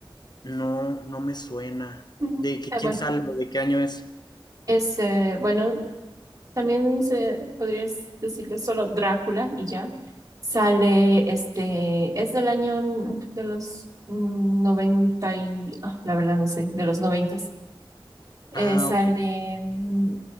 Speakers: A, on the left (about 50°); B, on the right (about 45°).
A: No, no me suena.
B: Ujú.
A: ¿De qué-
B: Eh,
A: quién
B: bueno,
A: sale? ¿De qué año es?
B: es eh, bueno, también se, podrías decirle solo Drácula y ya. Sale, este, es del año mm, de los mm, 90 y, ah, la verdad no sé, de los 90. Eh,
A: Ah,
B: sale
A: ok,
B: mm,